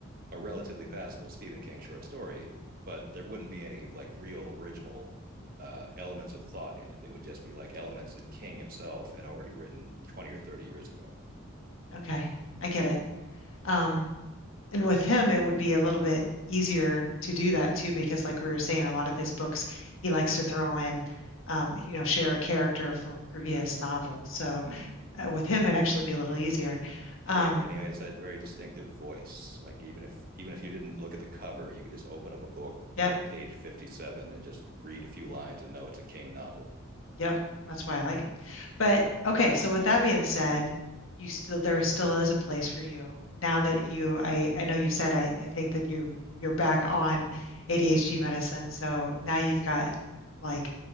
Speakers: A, on the right; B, on the left.
A: a relatively passable Stephen King short story, but there wouldn't be any like real original uh, elements of thought in it. It would just be like elements that King himself had already written 20 or 30 years ago.
B: Okay, I get it. Um, And with him, it would be a little bit easier to do that too, because like we were saying, a lot of his books, he likes to throw in, um, you know, share a character from a previous novel. So
A: Mm-hmm.
B: uh, with him, it'd actually be a little easier. Um,
A: And he and he has that very distinctive voice. Like even if even if you didn't look at the cover, you could just open up a book
B: yep.
A: to like page 57 and just read a few lines and know it's a King novel.
B: Yep, that's why I like them. But okay, so with that being said, you still there still is a place for you now that you I I know you said I I think that you you're back on ADHD medicine, so now you've got like